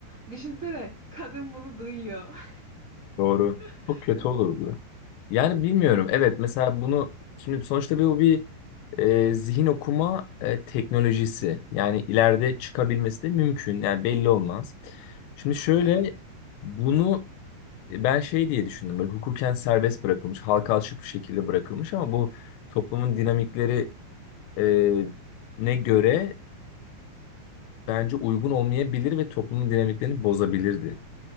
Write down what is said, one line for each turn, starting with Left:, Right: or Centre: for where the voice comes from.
Right: Düşünsene kadın bunu duyuyor.
Left: Doğru.
Right: <laughs>
Left: Çok kötü olurdu. Yani bilmiyorum. Evet
Right: Evet,
Left: mesela
Right: evet.
Left: bunu şimdi sonuçta bir, bu bir e, zihin okuma e, teknolojisi. Yani ileride çıkabilmesi de mümkün. Yani belli olmaz. Şimdi şöyle
Right: Evet.
Left: bunu e, ben şey diye düşündüm. Böyle hukuken serbest bırakılmış, halka açık bir şekilde bırakılmış ama bu toplumun dinamikleri e, ne göre bence uygun olmayabilir ve toplumun dinamiklerini bozabilirdi.